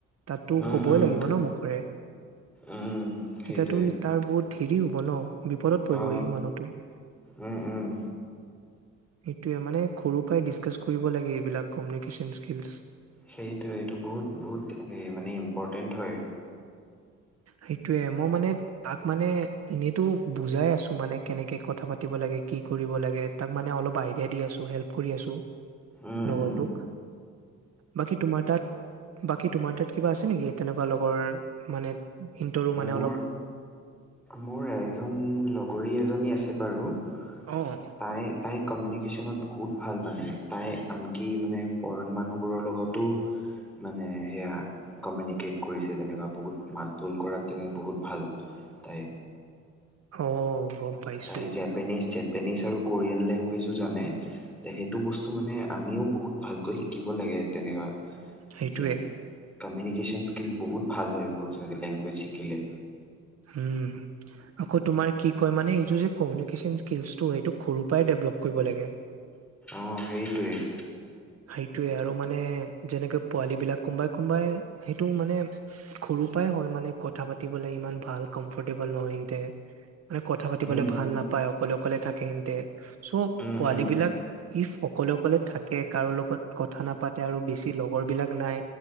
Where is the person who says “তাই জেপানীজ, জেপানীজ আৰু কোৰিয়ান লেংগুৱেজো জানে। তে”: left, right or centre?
Centre